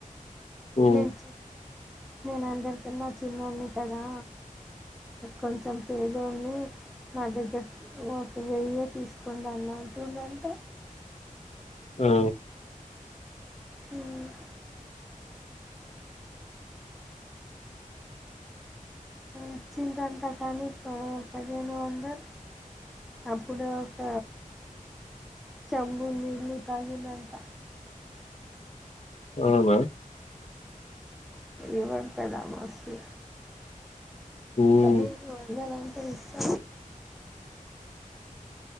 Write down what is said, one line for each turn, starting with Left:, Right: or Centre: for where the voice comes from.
Left: హ్మ్.
Centre: నేను నేన అందరి కన్నా చిన్నోనీ కదా కొంచెం పేదోన్ని నా దగ్గర ఒక వెయ్యి తీసుకోండి అని అంటుండంట
Left: ఆ
Centre: హ్మ్ ఇచ్చిందంట కానీ ప పదిహేను వందలు అప్పుడు ఒక చెంబు నీళ్ళు తాగిందంట
Left: అవునా
Centre: ఇవంత దామసు
Left: హ్మ్.
Centre: పదిహేను వందలంటే ఇస్తం